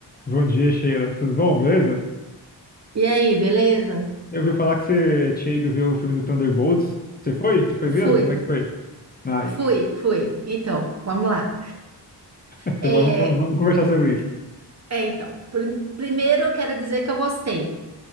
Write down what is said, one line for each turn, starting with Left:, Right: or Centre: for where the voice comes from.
Left: Bom dia, Sheila. Tudo bom? Beleza?
Right: E aí, beleza?
Left: Eu ouvi falar que você tinha ido ver o filme do Thunderbolts. Você foi? Você foi
Right: Fui,
Left: mesmo? Como é que foi? Ah,
Right: fui,
Left: <laughs>
Right: fui. Então, vamos lá.
Left: então
Right: É,
Left: vamos, con- vamos conversar sobre isso.
Right: é, então, prim- primeiro eu quero dizer que eu gostei,